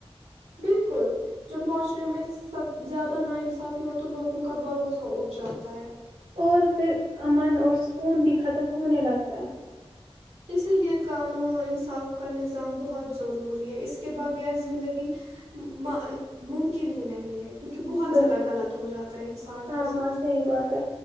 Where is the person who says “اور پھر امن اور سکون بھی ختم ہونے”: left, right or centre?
Right